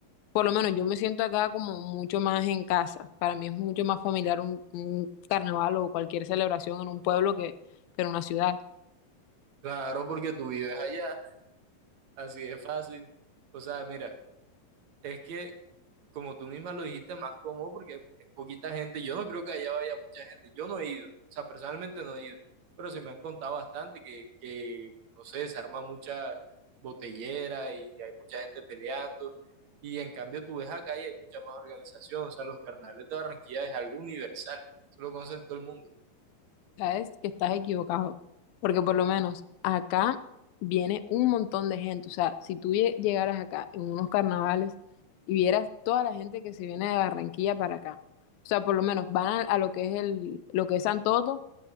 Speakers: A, on the left; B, on the right.
A: Por lo menos yo me siento acá como mucho más en casa. Para mí es mucho más familiar un, un carnaval o cualquier celebración en un pueblo que, que en una ciudad.
B: claro, porque tú vives allá, así de fácil. O sea, mira. Es que, como tú misma lo dijiste, más cómodo porque es poquita gente. Yo no creo que allá vaya mucha gente. Yo no he ido, o sea, personalmente no he ido, pero sí me han contado bastante que, que no sé, se arma mucha botellera y hay mucha gente peleando. Y en cambio tú ves acá y hay mucha más organización. O sea, los carnavales de Barranquilla es algo universal. Eso lo conocen todo el mundo.
A: Sabes que estás equivocado, porque por lo menos acá viene un montón de gente. O sea, si tú lle- llegaras acá en unos carnavales y vieras toda la gente que se viene de Barranquilla para acá, o sea, por lo menos van a, a lo que es el, lo que es Santoto